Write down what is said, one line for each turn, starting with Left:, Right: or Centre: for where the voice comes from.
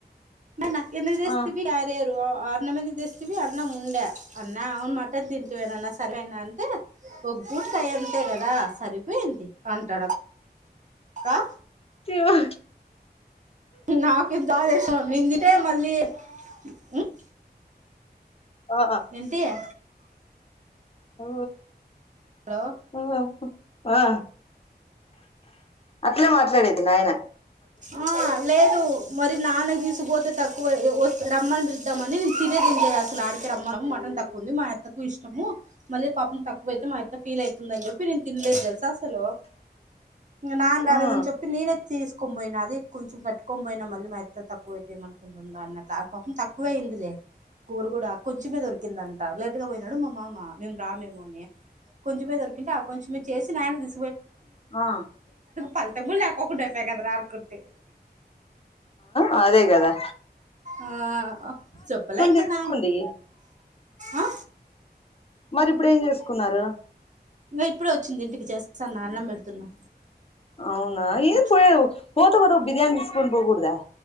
Right: మరి నా కెందుకు దేస్తివి
Left: ఆ
Right: కారు. ఇగ అన్నం ఎందుకు తెస్తివి అన్నం ముండే అన్నా మటన్ తింటువ్ అన్న సరిపోయిందా. ఒగ్ టాయానికే గదా సరిపోయింది అంటాడు అ.
Left: తివ
Right: నాకిట్ల ఆవేశం నిందింటే మళ్ళీ ఉమ్.
Left: ఆ
Right: ఎంతియే.
Left: ఓ
Right: హలో
Left: ఓ ఆ. అట్లేనే మాట్లాడేది నాయిన.
Right: ఆ లేదు మరి నాన్న దిసుకుపోతే త. వోది కోసి రమ్మని పిలుద్దామని తినే తింటేది అసలు ఆడికే రమ్మనుము మటన్ తక్కువ ఉంది మా అత్తకు ఇష్టము. మళ్ళీ పప్పు తక్కువ అయితే మా యత్త ఫీల్ అయితుందని చెప్పి నేను తినలేదు తెలుసా అసలూ ఓ. ఇగ నాన్ రాలేదని
Left: ఆ
Right: చెప్పి నేనే తీసుకోని పోయినా అది కొంచం కట్టుకోనీ పోయినా మళ్ళీ మ అత్త తక్కువ అయితేన. అన్నట్ ఆ పాపం తక్కువ అయ్యిందిలే కూర గూడా కొంచమే దొరికింద. లేట్ గా పోయినాడు మా మామ మేము రామేమో అని కొంచమే దొరికింటే ఆ కొంచమే చేసి నాన్నకీ తి.
Left: ఆ.
Right: ఫలితం కూడా లేకోకుండా అయిపోయా కదరా అనుకుంటి
Left: ఆ అదే గదా.
Right: ఆ ఆ చెప్పలేం
Left: చేసుకోండి
Right: గద ఆ.
Left: మరి ఇప్పుడు ఏం జేసుకున్నారు.
Right: ఇంగ ఇప్పుడే వచ్చింది ఇంటికి చేస్తాన్న అన్నం పెడుతున్నా
Left: అవునా ఏం
Right: కూర్చో
Left: పోయావ్ పోత పోత ఓ బిర్యానీ దిస్కోన్ బోగుడందా.